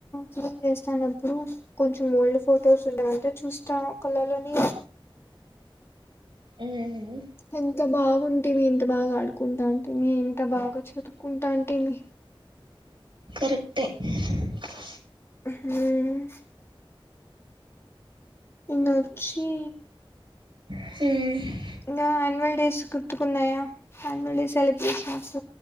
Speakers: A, on the left; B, on the right.
A: ఫోన్ చేస్తానప్పుడు కొంచెం ఓల్డ్ ఫొటోస్ ఉన్నావంతా చూస్తా కళలోని
B: ఉమ్
A: ఎంత బాగుంటివి ఎంత బాగా ఆడుకుంటా అంటివి ఎంత బాగా చదువుకుంటా అంటివి
B: ట్ట <inaudible>
A: హ మ్ నచ్చి
B: ఉమ్
A: ఇంకా యాన్యువల్ డేస్ గుర్తుకున్నాయా యాన్యువల్ డే సెలబ్రేషన్స్